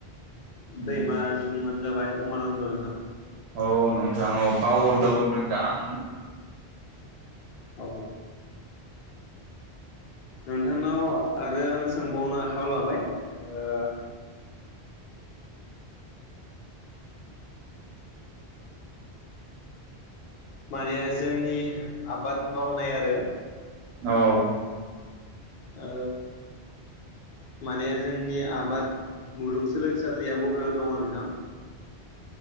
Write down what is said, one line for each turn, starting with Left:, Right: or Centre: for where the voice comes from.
Right: उम
Left: दैमानि मुङा नो जाबाय उमानन्द नोंथां।
Right: औ नोंथां औ बावगरदो औ <unintelligible>
Left: औ। नोंथांनाव आरो सोंबावनो आखायाव लाबाय ओ माने जोंनि आबाद मावनाय आरो
Right: ओव
Left: ओ माने जोंनि आबाद मुलुगसोलों सालिया बबेयाव दंङ नोंथां?